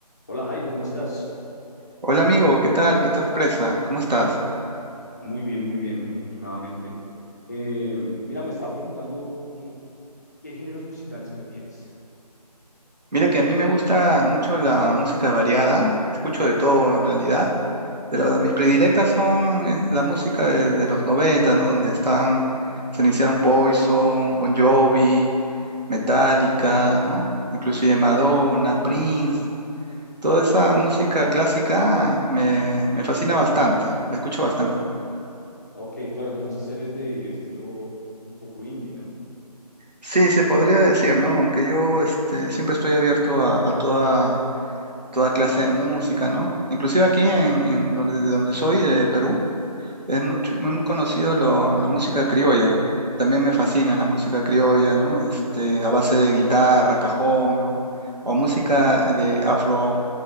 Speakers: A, on the left; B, on the right.
A: Hola Jairo, ¿cómo estás?
B: Hola amigo, ¿qué tal? Qué sorpresa, ¿cómo estás?
A: Muy bien, muy bien, afortunadamente. Eh, mira, me estaba preguntando eh, qué géneros musicales prefieres.
B: Mira que a mí me gusta mucho la música variada, escucho de todo en realidad, pero mis predilectas son eh, la música de, de los 90, ¿no? Donde están, se iniciaron Poison, Bon Jovi, Metallica, ¿no? Inclusive Madonna, Prince, toda esa música clásica me, me fascina bastante, la escucho bastante.
A: Ok, claro, entonces eres de estilo un poco indie, ¿no?
B: Sí, se podría decir, ¿no? Aunque yo este, siempre estoy abierto a, a toda toda clase de música, ¿no? Inclusive aquí en, en donde, de donde soy, de Perú, es mucho, muy, muy conocido lo- la música criolla. También me fascina la música criolla, ¿no? Este, a base de guitarra, cajón, ¿no? O música de afro,